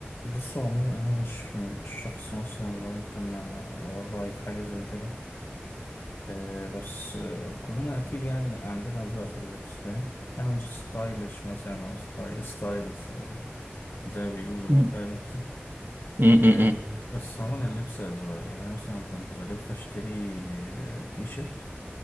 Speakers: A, on the left (about 75°); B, on the right (about 55°).
A: بص هو عموما انا مش مش شخص مثلا لو ممكن اقول رايي في حاجه زي كده آه، بس آه، كلنا اكيد يعني عندنا اذواق في اللبس فاهم انا مش ستايلش مثلا او ستايل ستايلس ولا زي ما بيقولوا
B: م-
A: بقى فاهم انت
B: م-
A: آه،
B: م.
A: بس عموما اللبس اذواق يعني انا مثلا كنت بلف اشتري آه، تي شيرت